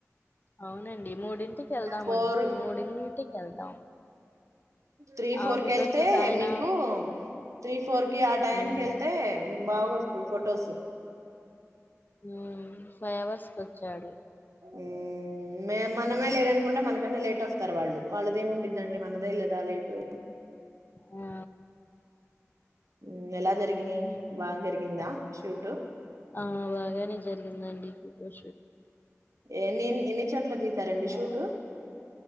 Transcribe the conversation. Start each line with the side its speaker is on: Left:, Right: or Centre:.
Left: అవునండి మూడింటికి వెళ్దాం
Right: ఫోర్
Left: అన్ మూడింటికి వెళ్దాం.
Right: త్రీ ఫోర్
Left: ఆ ఫోటోషూట్
Right: కి వెళ్తే
Left: ఆయన
Right: మీకు త్రీ ఫోర్ కి ఆ టైం
Left: మ్మ్
Right: కి వెళ్తే మీకు బాగ వస్తాయి ఫొటోస్.
Left: మ్ ఫైవ్ అవర్స్కొచ్చాడు.
Right: మ్మ్ మే మనమే లేదనుకుంటే మనకన్నా లేట్ వస్తారు వాళ్ళు. వాళ్ళదేం ఉండిద్దండి మనదే లేదా లేటు.
Left: ఆ
Right: మ్ ఎలా జరిగినయి బాగ జరిగిందా షూట్
Left: ఆ బాగానే జరిగిందండి ఫోటోషూట్.
Right: ఎన్నెన్ ఎన్ని చోట్ల దిగుతరండి షూటు